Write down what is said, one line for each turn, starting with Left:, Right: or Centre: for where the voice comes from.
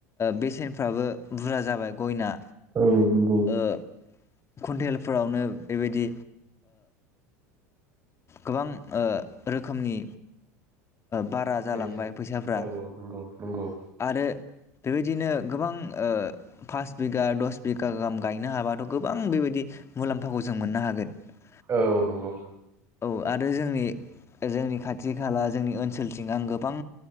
Left: बेसेनफ्राबो बुरजा जाबाय गयना
Right: औ नंगौ
Left: ओ कुन्टेलफोरावनो बेबायदि गोबां ओ रोखोमनि बारा जालांबाय
Right: बेसेन
Left: फैसाफ्रा
Right: औ औ नंगौ नंगौ
Left: आरो बेबायदिनो गोबां पास बिगा दस बिगा गाहाम गायनो हाबाथ' गोबां बेबायदि मुलाम्फाखौ जों मोननो हागोन ।
Right: औ औ नंगौ
Left: औ आरो जोंनि जोंनि खाथि खाला । जोंनि ओनसोलथिं आं गोबां